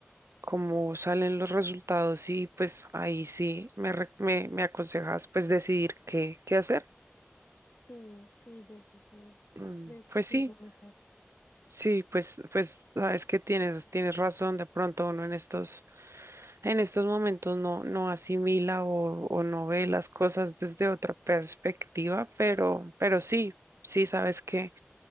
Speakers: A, on the right; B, on the left.
A: cómo salen los resultados y pues ahí sí me, re- me, me aconsejas pues decidir qué, qué hacer.
B: Sí, sí, Jessy, sí,
A: Mm,
B: creo que
A: Pues
B: sí
A: sí,
B: es lo mejor.
A: sí, pues, pues sabes que tienes, tienes razón, de pronto uno en estos, en estos momentos no, no asimila o, o no ve las cosas desde otra perspectiva, pero, pero sí, sí sabes que